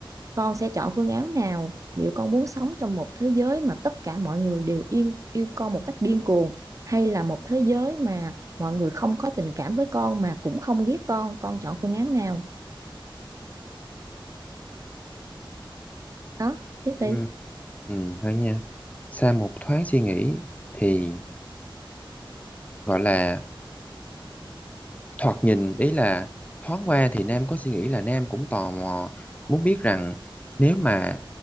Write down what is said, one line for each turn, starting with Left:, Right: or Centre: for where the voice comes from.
Right: con sẽ chọn phương án nào liệu con muốn sống trong một thế giới mà tất cả mọi người đều yên yêu con một cách điên cuồng hay là một thế giới mà mọi người không có tình cảm với con mà cũng không ghét con con chọn phương án nào đó tiếp
Left: Em
Right: đi
Left: Ừ, thôi nha. Sau một thoáng suy nghĩ thì gọi là thoạt nhìn ý là thoáng qua thì Nam có suy nghĩ là Nam cũng tò mò muốn biết rằng nếu mà